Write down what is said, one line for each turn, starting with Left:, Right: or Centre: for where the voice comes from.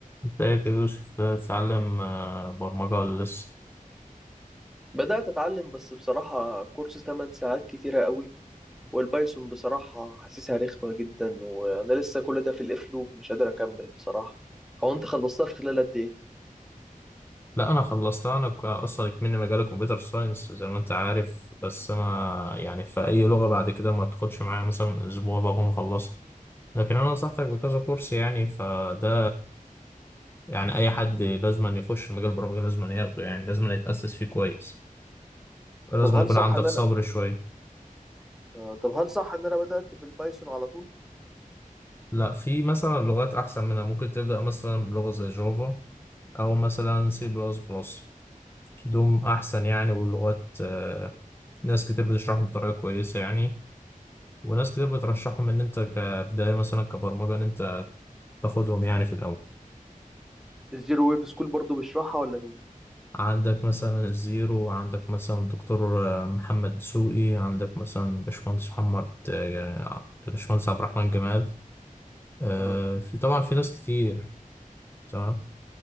Left: ازيك يا يوسف بتتعلم آه، برمجة ولا لسه؟
Centre: بدأت أتعلم بس بصراحة كورس 8 ساعات كتيرة قوي والبايثون بصراحة حاسسها رخمة جدا وأنا لسه كل ده في الإف لوب مش قادر أكمل بصراحة هو أنت خلصتها في خلال قد إيه؟
Left: لا أنا خلصتها أنا كا- أصلا كمني مجال كمبيوتر ساينس زي ما أنت عارف بس أنا يعني في أي لغة بعد كده ما تاخدش معايا مثلا أسبوع بكون مخلصها لكن أنا نصحتك بكذا كورس يعني فده يعني أي حد لازم أن يخش مجال البرمجة لازم أن ياخده يعني لازم أن يتأسس فيه كويس لازم
Centre: طب هل
Left: يكون
Centre: صح
Left: عندك
Centre: إن
Left: صبر
Centre: أنا
Left: شوية
Centre: آه طب هل صح إن أنا بدأت بالبايثون على طول؟
Left: لا في مثلا لغات أحسن منها ممكن تبدأ مثلا بلغة زي جافا أو مثلا سي بلس بلس دوم أحسن يعني واللغات آه، ناس كتير بتشرحهم بطريقة كويسة يعني وناس كتير بترشحهم إن أنت كبداية مثلا كبرمجة إن أنت تاخدهم يعني في الأول
Centre: الزيرو ويب سكول برضو بيشرحها ولا مين؟
Left: عندك مثلا الزيرو عندك مثلا دكتور آه، محمد دسوقي عندك مثلا باشمهندس محمد آه، باشمهندس عبد الرحمن جمال آه،
Centre: آه
Left: في طبعا في ناس كتير تمام